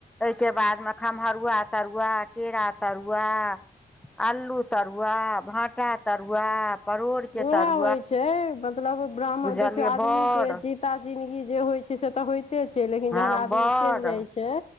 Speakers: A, in the centre; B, on the left.
A: ओहिके बादमे खमहरुआ तरुआ केरा तरुआ अल्लू तरुआ भाँटा तरुआ परोड़ के
B: उएह
A: तरुआ
B: होइ छै मतलब ब्राह्मण
A: बुझलियै
B: देखियौ आदमी
A: बड़
B: के जीता जन्दगी जे होइ छै से तऽ हो क छै लेकिन
A: हँ
B: जहन आदमी
A: बड़
B: चलि जाइ छै